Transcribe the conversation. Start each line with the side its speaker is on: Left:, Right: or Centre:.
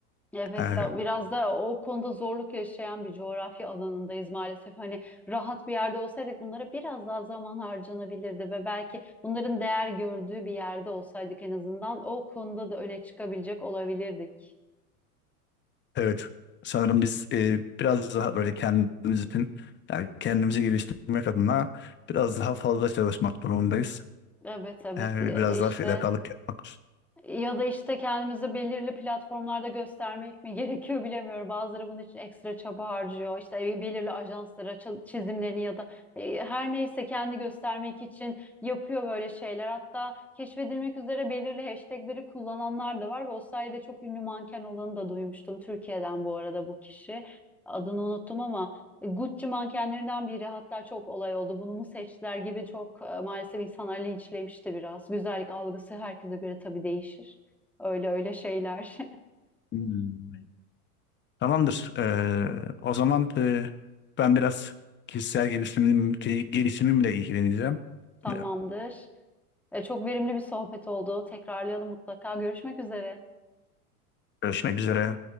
Centre: Evet
Left: Yani,
Centre: ya biraz da o konuda zorluk yaşayan bir coğrafya alanındayız maalesef. Hani rahat bir yerde olsaydık bunlara biraz daha zaman harcanabilirdi ve belki bunların değer gördüğü bir yerde olsaydık en azından o konuda da öne çıkabilecek olabilirdik.
Left: evet. Sanırım biz e, biraz daha böyle kendimiz için yani kendimizi geliştirmek adına biraz daha fazla çalışmak durumundayız.
Centre: Evet evet
Left: Yani
Centre: ya
Left: biraz
Centre: da işte
Left: daha fedakarlık yapmak.
Centre: Ya da işte kendimizi belirli platformlarda göstermek mi <laughs> gerekiyor bilemiyorum. Bazıları bunun için ekstra çaba harcıyor. İşte bir- belirli ajanslara ça- çizimlerini ya da e, her neyse kendi göstermek için yapıyor böyle şeyler. Hatta keşfedilmek üzere belirli hashtagleri kullananlar da var ve o sayede çok ünlü manken olanı da duymuştum. Türkiye'den bu arada bu kişi. Adını unuttum ama e, Gucci mankenlerinden biri hatta çok olay oldu. Bunu mu seçtiler gibi çok e, maalesef insanlar linçlemişti biraz. Güzellik algısı herkese göre tabii değişir. Öyle öyle şeyler.
Left: Hmm. Tamamdır. E, o zaman e, ben biraz kişisel gelişimim, gelişimimle ilgileneceğim.
Centre: <laughs> Tamamdır.
Left: E,
Centre: E, çok verimli bir sohbet oldu. Tekrarlayalım mutlaka. Görüşmek üzere.
Left: Görüşmek üzere.